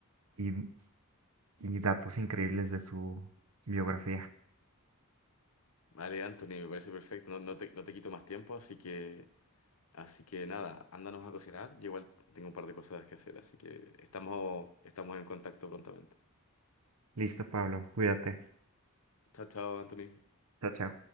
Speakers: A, on the right (about 80°); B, on the left (about 70°).
A: y, mm, y datos increíbles de su biografía.
B: Vale, Anthony, me parece perfecto, no, no te, no te quito más tiempo, así que, así que nada, ándanos a cocinar, yo igual tengo un par de cosas que hacer, así que estamos, estamos en contacto prontamente.
A: Listo, Pablo, cuídate.
B: Chao, chao, Anthony.
A: Chao, chao.